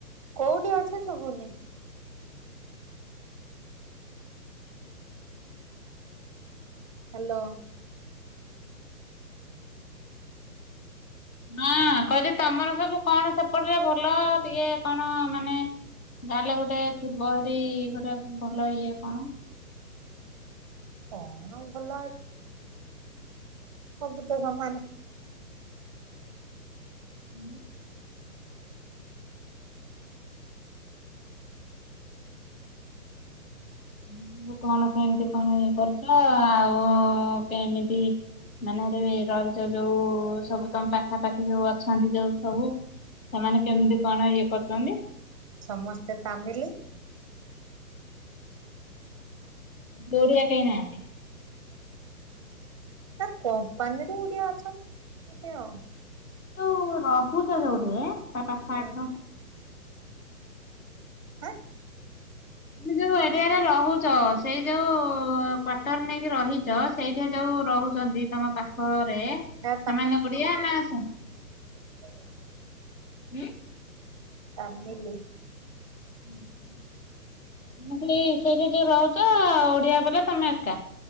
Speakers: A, on the right; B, on the left.
A: କୋଉଠି ଅଛ ଶୁଭୁନି। ହ୍ୟାଲୋ।
B: ହଁ କହିଲି ତମର ସବୁ କଣ ସେପଟରେ ଭଲ ଟିକେ କଣ ମାନେ। ତାହେଲେ ଗୋଟେ ଯ ଥିବ ହେରି ଗୋଟେ ଭଲ ଇଏ କଣ।
A: କଣ ଭଲ। ସବୁ ତ ସମାନେ।
B: <unintelligible> ତ ସବୁ କଣ କେମିତି କଣ ଇଏ କରୁଛ ଆଉ କେମିତି? ମାନେ ରେ ରହିଛ ଯୋଉ ସବୁ ତମ ପାଖାପାଖି ଯୋଉ ଅଛନ୍ତି ଯୋଉ ସବୁ। ସେମାନେ କେମିତି କଣ ଇଏ କରୁଛନ୍ତି?
A: ସମସ୍ତେ ତାମିଲି।
B: ଦୌରଆ କେହି ନାହାନ୍ତି।
A: ନା କମ୍ପାନୀରୁ କିଏ ଅଛନ୍ତି ଆଉ।
B: ତୁ ରହୁଛ ଯୋଉଠି ହେଁ ତା ପାଖଆଖ।
A: ହୁଁ ହୁଁ।
B: ମାନେ ଯୋଉ ଏରିଆରେ ରହୁଚ ସେଇ ଯୋଉ କ୍ଵଟର ନେଇକି ରହିଚ ସେଇଠେ ଯୋଉ ରହୁଚନ୍ତି ତମ ପାଖରେ
A: ହେ
B: ସେମାନେ ଓଡିଆ ନା ସେ
A: ଏମିନି
B: ଉଁ
A: ତାମିଲି।
B: ଉଁ ହୁଁ। ମୁଁ କଇଲି ସେଏଠେ ଯୋଉ ରହୁଚ ଓଡିଆ ପିଲା ତମେ ଏକା।